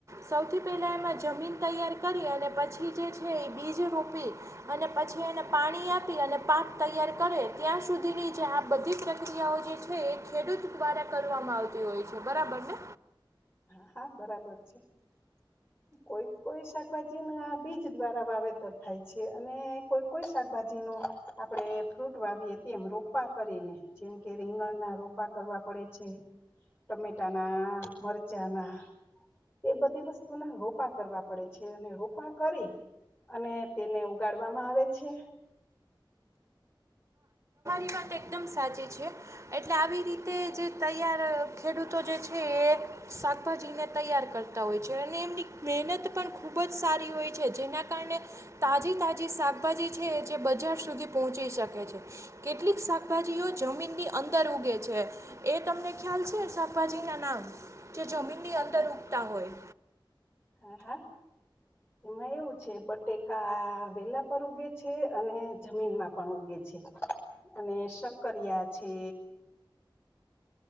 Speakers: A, on the right (about 35°); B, on the left (about 25°).
A: સૌથી પહેલાં એમાં જમીન તૈયાર કરી અને પછી જે છે એ બીજ રોપી અને પછી એને પાણી આપી અને પાક તૈયાર કરે ત્યાં સુધીની જે આ બધી પ્રક્રિયાઓ જે છે એ ખેડૂત દ્વારા કરવામાં આવતી હોય છે બરાબરને.
B: હા હા બરાબર છે કોઈ કોઈ શાકભાજી ના આ બીજ દ્વારા વાવેતર થાય છે અને કોઈ કોઈ શાકભાજી ન આપડે ફ્રૂટ વાવીએ તેમ રોપા કરીને જેમ કે રીંગણ ના રોપા કરવા પડે છે ટમેટા ના મરચાંના એ બધી વસ્તુના રોપા કરવા પડે છે અને રોપા કરી અને તેને ઉગાડવામાં આવે છે.
A: એ વાત એકદમ સાચી છે એટલે આવી રીતે જે તૈયાર ખેડૂતો જે છે એ શાકભાજીને તૈયાર કરતા હોય છે અને એમની મહેનત પણ ખૂબ જ સારી હોય છે જેના કારણે તાજી તાજી શાકભાજી છે જે બજાર સુધી પહોંચી શકે છે. કેટલીક શાકભાજીઓ જમીનની અંદર ઉગે છે એ તમને ખ્યાલ છે શાકભાજીના નામ. જે જમીનની
B: હા
A: અંદર
B: હા
A: ઉગતા હોય.
B: હા હા એમાં એવું છે બટેકા વેલા પર ઉગે છે અને જમીનમાં પણ ઉગે છે અને શક્કરિયા છે.